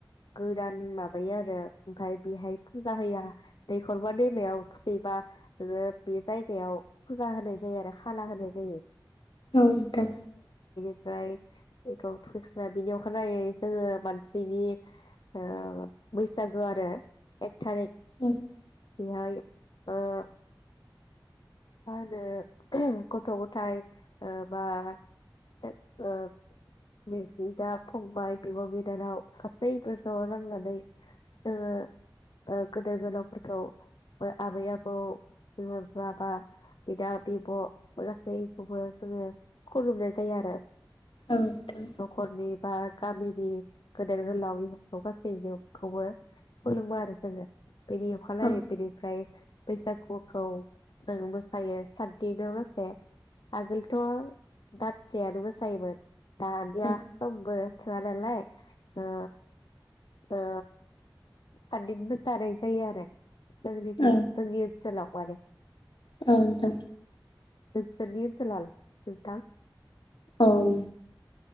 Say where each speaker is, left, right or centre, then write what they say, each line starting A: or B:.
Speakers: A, on the left (about 65°); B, on the left (about 85°).
A: गोदान माबायो आरो ओमफाय बेहाय फुजा हैया दैखरबा दैमायाव दै बा नोङो बे जायगायाव फुजा होनाय जायो आरो खाला होनाय जायो
B: औ नोंथां
A: ओमफ्राय बेखौ थुखैखांना बिनि अखा नायै जोङो मानसिनि ओ बैसागो आरो एक थारिख
B: <inaudible>
A: बेहाय ओ मा होनो गथ' गथाय ओ बा जो ओ बिदा फंबाय बिब' बिनानाव गासैबो ज' नांनानै जोङो ओ गोदोर गोलावफोरखौ आबै आबौ बिमा बिफा बा बिदा बिब' गासैखौबो जोङो खुलुमनाय जायो आरो
B: औ नोंथां
A: न'खरनि बा गामिनि गोदोर गोलाव <unintelligible> खौबो खुलुमो आरो जोङो बेनि अखा नायै
B: औ
A: बेनिफ्राय बैसागुखौ जों मोसायो साद दिनावलासे आगोलथ' दानसेयानो मोसायोमोन दानिया
B: औ
A: समबो थोआ नालाय ओ ओ साददिन मोसानाय जायो आरो जोंनिथिं
B: औ
A: जोंनि ओनसोलाव माने
B: औ नोंथां
A: नोंसोरनि ओनसोलाल नोंथां
B: ओं